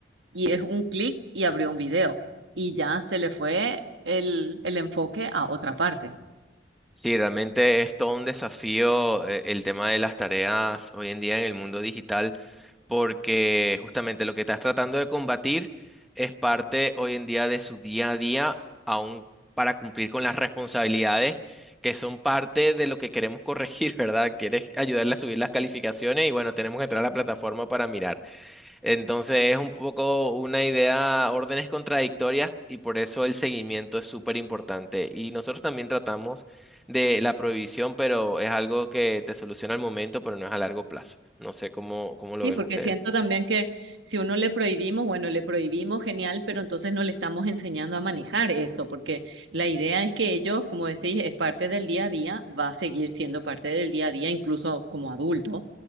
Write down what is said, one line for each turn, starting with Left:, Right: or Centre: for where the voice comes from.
Right: y es un clic y abrió un video y ya se le fue el, el enfoque a otra parte.
Centre: Sí, realmente es todo un desafío eh, el tema de las tareas hoy en día en el mundo digital. porque justamente lo que estás tratando de combatir es parte hoy en día de su día a día, aún para cumplir con las responsabilidades que son parte de lo que queremos corregir, <laughs> ¿verdad? Quieres ayudarle a subir las calificaciones y bueno, tenemos que entrar a la plataforma para mirar. Entonces es un poco una idea, órdenes contradictorias y por eso el seguimiento es súper importante. Y nosotros también tratamos de la prohibición, pero es algo que te soluciona al momento, pero no es a largo plazo. No sé cómo, cómo
Right: Sí,
Centre: lo ven
Right: porque
Centre: ustedes.
Right: siento también que si uno le prohibimos, bueno, le prohibimos, genial, pero entonces no le estamos enseñando a manejar eso, porque la idea es que ellos, como decís, es parte del día a día, va a seguir siendo parte del día a día, incluso como adulto.